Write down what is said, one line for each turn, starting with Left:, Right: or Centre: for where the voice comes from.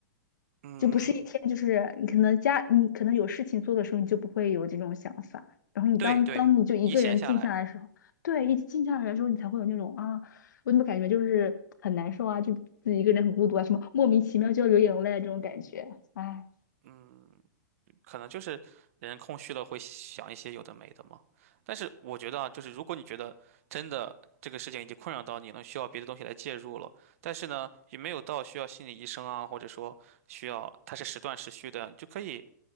Right: 嗯，
Left: 就不是一天，就是你可能家，你可能有事情做的时候，你就不会有这种想法。然后你当当你就一个人静下来的时候，
Right: 对对，一闲下来，
Left: 对，一静下来的时候，你才会有那种啊，我怎么感觉就是很难受啊，就自己一个人很孤独啊，什么莫名其妙就要流眼泪啊这种感觉，哎，
Right: 嗯。可能就是人空虚了会想一些有的没的嘛。但是我觉得啊，就是如果你觉得真的这个事情已经困扰到你了，需要别的东西来介入了，但是呢，也没有到需要心理医生啊，或者说需要它是时断时续的，你就可以